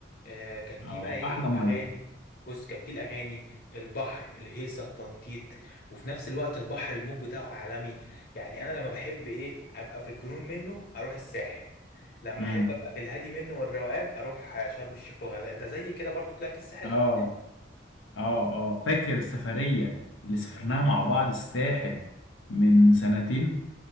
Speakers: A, on the left; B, on the left.
A: آه، كان فيه
B: اه
A: بقى ايه
B: احلى
A: الاغاني
B: مية
A: بص كان فيه الاغاني البحر الهيصه التنطيط وفي نفس الوقت البحر الموج بتاعه عالمي يعني انا لما بحب ايه ابقى في الجنون منه اروح الساحل لما
B: امم
A: احب ابقى في الهادي منه والروقان اروح آه، شرم الشيخ والغردقه انت زي كده برضو طلعت الساحل
B: اه
A: قبل كده
B: اه اه فاكر السفرية اللي سافرناها مع بعض الساحل من سنتين